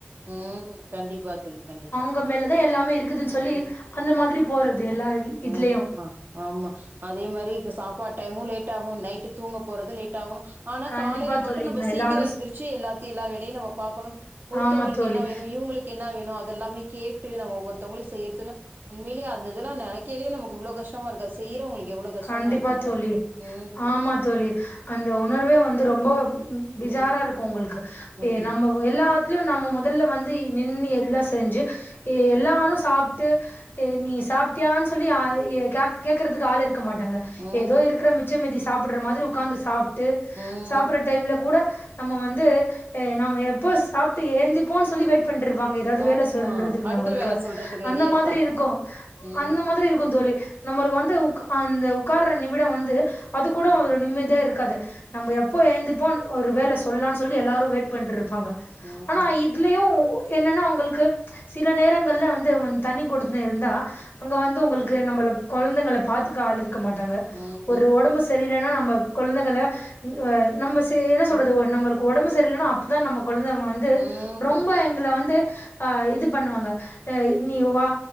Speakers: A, on the right (about 50°); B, on the left (about 55°).
A: ம் கண்டிப்பா தோழி கண்டிப்பா
B: ங்க மேலதா எல்லாமே இருக்குதுன் சொல்லி
A: ம்
B: அந்த மாதிரி போறது எல்லா இ இதுலயு
A: ஆமா ஆமா அதே மாரி இக சாப்பாட் டைமு லேட் ஆகு நைட்டு தூங்க போறது லேட் ஆகணு ஆனா
B: கண்டிப்பா
A: காலைல மட்டு
B: தோழி
A: நம்ப
B: நா
A: சீக்கிரொ
B: எல்லாரு
A: எந்திருச்சு எல்லாத்தையு எல்லா வேலையு நம்ம பாக்கணு
B: ஆமா
A: த்தவங்களுக்கு
B: தோழி
A: என்னா வேணு இவுங்களுக்கு என்ன வேணு அதெல்லாமே கேட்டு நம்ம ஒவ்வொருத்தங்களையு செய்யற்துக்குல உண்மைலியே அந்த இதுல்லா நெனைக்கைலயே நமக்கு இவ்ளோ கஷ்டமா இருக்கு செய்யிறவங்களுக்கு எவ்ளோ கஷ்டமா
B: கண்டிப்பா
A: இருக்கும்ப்ப
B: தோழி
A: ம்
B: ஆமா தோழி அந்த உணர்வே வந்து ரொம்ப பெஜாரா
A: ம்
B: இருக்கு உங்களுக்கு
A: ஆமா
B: ஏ நம்ம எல்லாத்லியு நம்ம மொதல்ல வந்து நின்னு எல்லா செஞ்சு எல்லாரு சாப்ட்டு எ நீ சாப்ட்டியான் சொல்லி யா எ காக் கேக்குறதுக்கு ஆள் இருக்க மாட்டாங்க
A: ம்
B: ஏதோ இருக்குற மிச்ச மீதி சாப்புட்ற மாதிரி உக்காந்து சாப்ட்டு
A: ம்
B: சாப்புர்ற டைம்லே கூட நம்ம வந்து எ நம்மோ எப்போ சாப்ட்டு ஏந்திப்போன் சொல்லி வெய்ட் பண்ருப்பாங்க ஏதாவ்து
A: ஆமா
B: வேல சொல்றதுக்கு
A: அடுத்த
B: நம்ப்ளுக்கு
A: வேல சொல்றதுக்கு
B: அந்த
A: ரெடியா
B: மாதிரி
A: இருப்பாங்க
B: இருக்கு
A: ம்
B: அந்த மாதிரி இ க்குந் தோழி நம்மளுக்கு வந்து உக்கா அந்த உக்கார்ற நிமிடொ வந்து அது
A: ம்
B: கூட ஒரு நிம்மதியா இருக்காது நம்ப எப்போ ஏந்திப்போ ஒரு வேல சொல்லான் சொல்லி எல்லாரு வெய்ட் பண்ணிட்ருப் ப்பாங்க
A: ம்ஹூம்
B: ஆனா
A: ம்
B: இ இதுலயு என்னன்னா அவ்ங்களுக்கு சில நேரங்கள்ல வந்து தண்ணி குடுத்துன்னு இருந்தா அங்க வந்து உங்களுக்கு நம்மள கொழந்தைங்கள பாத்துக்க ஆள் இருக்க மாட்டாங்க
A: ம்
B: ஒரு ஒடம்பு ச ரியில்லன்னா நம்ம கொழந்தைகள ஏ நம்ம செ என்ன சொல்றது
A: ம்
B: நம்ம ஒடம்பு சரியில்லன்னா அப்பதா நம்ம கொழந்த வந்து
A: ம்
B: ரொம்ப எங்கள வந்து ஆ இது பண்ணுவாங்க அ நீ வா